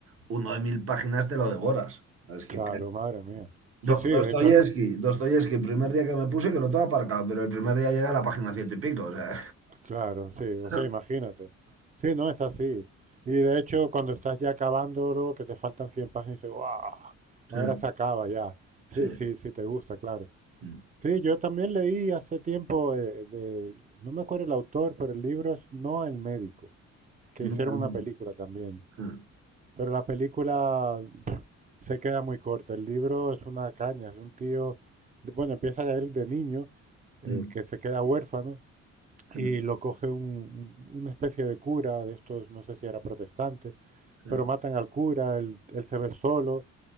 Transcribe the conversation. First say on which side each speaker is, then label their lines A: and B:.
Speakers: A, on the right (about 50°); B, on the right (about 25°).
A: uno de mil páginas te lo devoras. Es que,
B: Claro, madre mía. Sí,
A: Do-
B: sí, de
A: Dostoyevsky,
B: hecho, al-
A: Dostoyevsky, primer día que me puse que lo tengo aparcado, pero el primer día llega a la página ciento y pico. O sea.
B: claro, sí. O
A: <laughs>
B: sea, imagínate. Sí, no es así. Y de hecho, cuando estás ya acabándolo, que te faltan 100 páginas, dices, ¡guau! Ahora
A: Sí.
B: se acaba ya.
A: sí.
B: Sí, sí, sí, te gusta, claro.
A: Mm.
B: Sí, yo también leí hace tiempo eh, de, no me acuerdo el autor, pero el libro es No el médico, que
A: Madre
B: hicieron una
A: mía.
B: película también.
A: Ah,
B: Pero la película <smacks lips> se queda muy corta. El libro es una caña, es un tío, de- bueno, empieza él de niño, eh,
A: mm,
B: que se queda huérfano y
A: ah,
B: lo coge un- un- una especie de cura de estos, no sé si era protestante,
A: ah.
B: pero matan al cura, él, él se ve solo